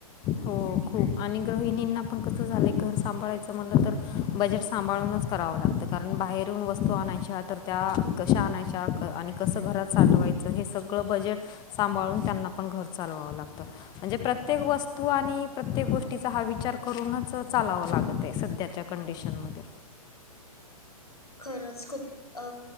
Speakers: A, on the left; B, on the left.
A: हो खूप आणि गृहिणींना पण कसं झालंय घर सांभाळायचं म्हटलं तर बजेट. सांभाळूनच करावं लागतं कारण बाहेरून वस्तू आणायच्या तर त्या कशा आणायच्या आणि कसं घरात साठवायचं हे सगळं बजेट सांभाळून त्यांना पण घर चालवावं लागतं म्हणजे प्रत्येक वस्त तू आणि प्रत्येक गोष्टीचा हा विचार करूनच चालावं लागत आहे सध्याच्या कंडिशनमध्ये.
B: खरंच खूप अ